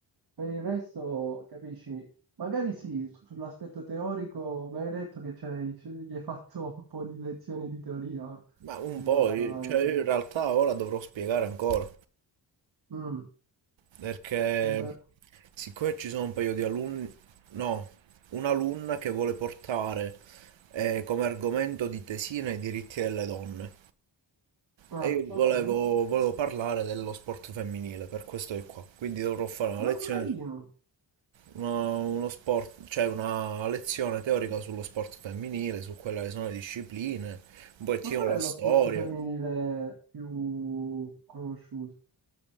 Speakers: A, on the right (about 55°); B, on the right (about 85°).
A: Per il resto, capisci? Magari sì, su- sull'aspetto teorico, mi hai detto che c'hai- c'è- gli hai fatto <laughs> un po' di lezioni di teoria
B: Ma un
A: legata
B: po', io-
A: all'anatomia.
B: cioè io in realtà ora dovrò spiegare ancora,
A: Mm,
B: perché
A: e beh,
B: siccome ci sono un paio di alunni, no, un'alunna che vuole portare eh, come argomento di tesina i diritti delle donne.
A: ah,
B: E io
A: ok,
B: volevo, volevo parlare dello sport femminile, per questo di qua. Quindi dovrò fare una
A: molto
B: lezione,
A: carino.
B: una- uno sport, cioè una lezione teorica sullo sport femminile, su quelle che sono le discipline, un pochettino
A: Ma qual
B: la
A: è lo
B: storia.
A: sport femminile più conosciuto?